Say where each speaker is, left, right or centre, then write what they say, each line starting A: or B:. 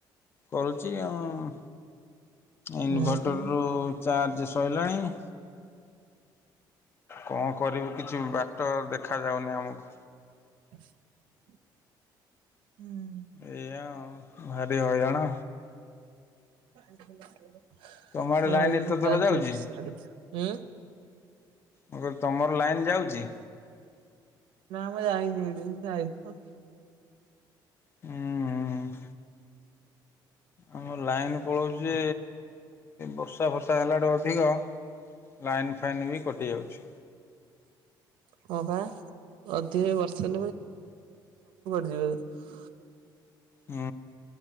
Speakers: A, on the left; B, on the right.
A: କରୁଛି ଆଉ ଇନ୍ଭେଟରରୁୁ
B: ହଁ ପା
A: ଚାର୍ଜ ସରିଲାଣି। କଣ କରିବୁ କିଛି ବାଟ ଦେଖା ଯାଉନି ଆମକୁ।
B: <inaudible> ହୁଁ।
A: ଏଇଆ ଆଉ ଭାରି ହଇରାଣ।
B: <unintelligible>
A: ତମ ଆଡେ ଲାଇନ ଏତେ ଥର ଯାଉଛି? ମୁଁ କହିଲି ତମର ଲାଇନ୍ ଯାଉଛି।
B: ନା ମୁଁ ଜାଣିନି। <unintelligible> ସେତ ଆଇଥବ।
A: ହୁଁ ହୁଁ। ଆମ ଲାଇନ୍ ପଳଉଛି ଜେ ବର୍ଷା ଫର୍ଷା ହେଲାଠୁ ଅଧିକ। ଲାଇନ୍ ଫାଇନ୍ ବି କଟିଯାଉଛି।
B: ହଁ ବା ଅଧିକ ବର୍ଷା। <unintelligible>
A: ହୁଁ।